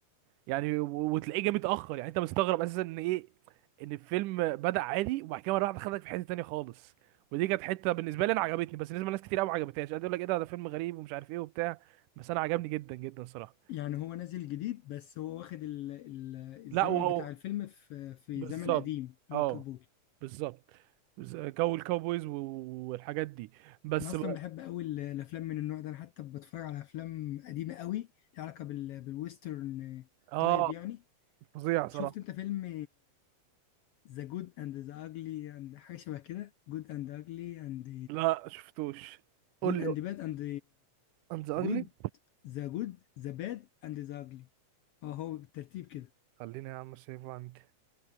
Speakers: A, on the right; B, on the left.
A: يعني و- وتلاقيه جه متاخر يعني انت مستغرب اساسا ان ايه ان الفيلم بدا عادي وبعد كده مره واحده خدك في حته تانيه خالص ودي كانت حته بالنسبه لي انا عجبتني بس بالنسبه لناس كتير قوي ما عجبتهاش قاعد يقول لك ايه ده ده فيلم غريب ومش عارف ايه وبتاع بس انا عجبني جدا جدا صراحه
B: يعني هو نازل جديد بس هو واخد ال ال الزمن
A: لا وهو
B: بتاع الفيلم في في
A: بالظبط
B: زمن قديم اللي
A: اه
B: هو الكاوبوي
A: بالظبط بز- جو الكاوبويز و- والحاجات دي بس
B: انا اصلا
A: بقى
B: بحب قوي ال- الافلام من النوع ده انا حتى بتفرج على افلام قديمه قوي ليها علاقه بال... بالويسترن
A: اه
B: طيب يعني
A: فظيع صراحة
B: شفت انت فيلم ذا جود اند ذا اجلي اند حاجه شبه كده جود اند اجلي اند
A: لا شفتوش قول
B: جود
A: لي
B: اند باد اند
A: انت اغلي
B: جود ذا جود ذا باد اند ذا اجلي اه هو بالترتيب كده
A: خليني يا عم سيفه عندي